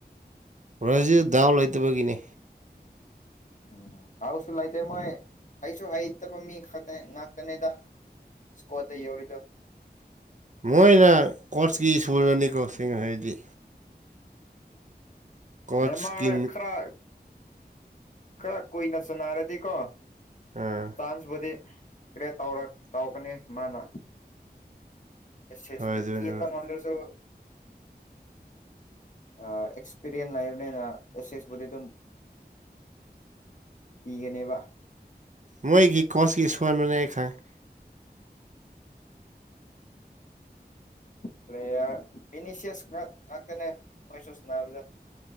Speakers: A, on the right; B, on the left.
A: ꯕ꯭ꯔꯖꯤꯜ ꯗꯥꯎ ꯂꯩꯇꯕꯒꯤꯅꯤ
B: ꯎꯝ ꯗꯥꯎꯁꯨ ꯂꯩꯇꯦ ꯃꯣꯏ ꯑꯩꯁꯨ ꯍꯩꯇꯕ ꯃꯤ ꯈꯛꯇ ꯉꯥꯛꯇꯅꯦꯗ ꯏꯁꯀꯣꯗ ꯌꯧꯔꯤꯗꯣ
A: ꯃꯣꯏꯅ ꯀꯣꯆꯀꯤ ꯏꯁꯀꯨꯜꯅꯅꯤꯀꫭ ꯁꯦꯡꯡꯅ ꯍꯥꯏꯗꯤ ꯀꯣꯆꯀꯤ
B: ꯅꯦꯃꯥꯔ ꯈꯔ ꯈꯔ ꯀꯨꯏꯅ ꯆꯅꯥꯔꯗꯤꯀꯣ
A: ꯑꯥ
B: ꯆꯥꯟꯁꯕꯨꯗꯤ ꯀ꯭ꯔꯦꯠ ꯇꯧꯔꯛ ꯇꯧꯒꯅꯤ ꯃꯥꯅ ꯑꯦꯁꯦꯁꯇꯤ
A: ꯍꯣꯏ ꯑꯗꯨꯅꯦꯕ
B: ꯆꯦꯟꯕ ꯉꯝꯗꯔꯁꯨ ꯑ ꯑꯦꯛꯁꯄꯤꯔꯤꯌꯦꯟ ꯂꯩꯕꯅꯤꯅ ꯑꯦꯁꯤꯁꯕꯨꯗꯤꯗꯨꯝ ꯏꯒꯅꯦꯕ
A: ꯃꯣꯏꯒꯤ ꯀꯣꯁꯀꯤ ꯑꯁꯣꯏꯕꯅꯦ ꯑꯩ ꯈꯪꯉꯦ
B: ꯄ꯭ꯂꯦꯌꯔ ꯕꯤꯅꯤꯁꯤꯌꯁ ꯉꯥꯛ ꯉꯥꯛꯇꯅꯦ ꯃꯣꯏꯁꯨ ꯁꯥꯟꯅꯕꯗꯨ